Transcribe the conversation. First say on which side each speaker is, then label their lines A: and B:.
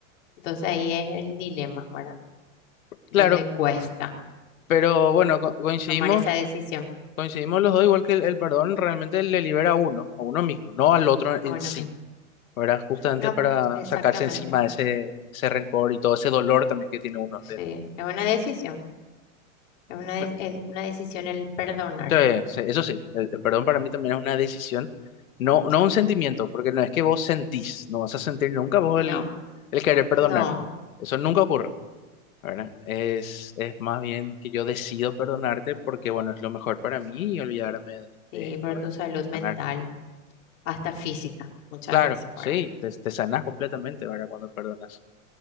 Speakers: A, on the left; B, on the left.
A: Entonces ahí es el dilema, ¿verdad? Donde
B: Claro,
A: cuesta
B: Pero bueno, co- coincidimos,
A: tomar esa decisión
B: coincidimos los dos, igual que el, el perdón realmente le libera a uno, a uno mismo, no al otro
A: a
B: en
A: uno
B: sí,
A: mismo.
B: ¿verdad? Justamente
A: No,
B: para
A: pues, exactamente.
B: sacarse encima ese, ese rencor y todo ese dolor también que tiene uno
A: Sí,
B: dentro.
A: es una decisión. Es una, de-
B: Me-
A: el- una decisión el perdonar.
B: sí, sí, eso sí, el, el perdón para mí también es una decisión, no, no
A: Sí.
B: un sentimiento, porque no es que vos sentís, no vas a sentir nunca vos el,
A: No,
B: el querer perdonar.
A: no.
B: Eso nunca ocurre, ¿verdad? Es, es más bien que yo decido perdonarte porque, bueno, es lo mejor para mí y olvidarme de,
A: Sí,
B: de esto,
A: por
B: ¿verdad?
A: tu salud
B: Y sanar.
A: mental, hasta física, muchas
B: Claro,
A: veces,
B: sí,
A: ¿verdad?
B: te, te sanas completamente, ¿verdad? Cuando perdonas.